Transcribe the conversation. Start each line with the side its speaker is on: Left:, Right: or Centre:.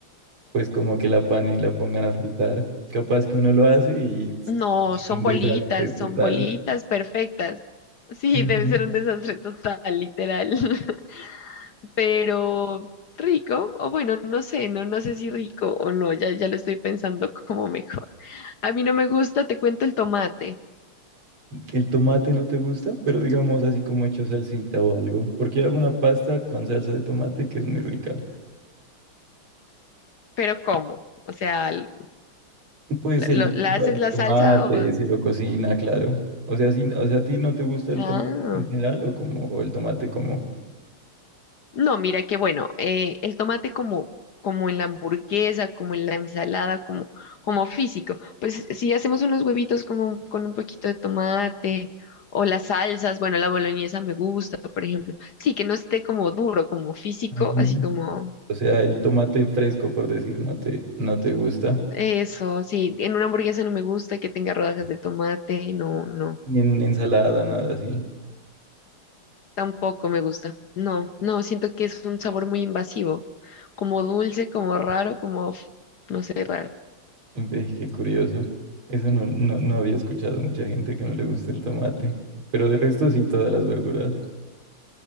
Right: pues como que la panen y la pongan a fritar. Capaz que uno lo hace y es
Left: No, son
Right: un
Left: bolitas,
Right: desastre total.
Left: son bolitas perfectas. Sí,
Right: Ujú.
Left: debe ser un desastre total, literal. <laughs> Pero rico, o bueno, no sé, no, no sé si rico o no, ya, ya lo estoy pensando como mejor. A mí no me gusta, te cuento el tomate,
Right: El tomate no te gusta, pero digamos así como hecho salsita o algo, porque yo hago una pasta con salsa de tomate que es muy rica.
Left: pero ¿cómo? O sea, l-
Right: Pues
Left: ¿la,
Right: se
Left: lo-
Right: le
Left: la haces
Right: el
Left: la
Right: tomate,
Left: salsa o...?
Right: se lo cocina, claro. O sea, si, o sea, ¿a ti no te gusta el
Left: Ah.
Right: tomate en general o como o el tomate como,
Left: No, mira que bueno, eh, el tomate como, como en la hamburguesa, como en la ensalada, como, como físico. Pues si hacemos unos huevitos como un- con un poquito de tomate o las salsas, bueno, la boloñesa me gusta, por ejemplo. Sí, que no esté como duro, como físico,
Right: Mm.
Left: así como
Right: o sea, el tomate fresco, por decir, no te, no te gusta?
Left: eso, sí, en una hamburguesa no me gusta que tenga rodajas de tomate, no, no,
Right: Ni en ensalada, nada así.
Left: tampoco me gusta. No, no, siento que es un sabor muy invasivo, como dulce, como raro, como, f- no sé, raro.
Right: Ves, qué curioso. Eso no, no, no había escuchado mucha gente que no le gusta el tomate. Pero de resto sí, todas las verduras.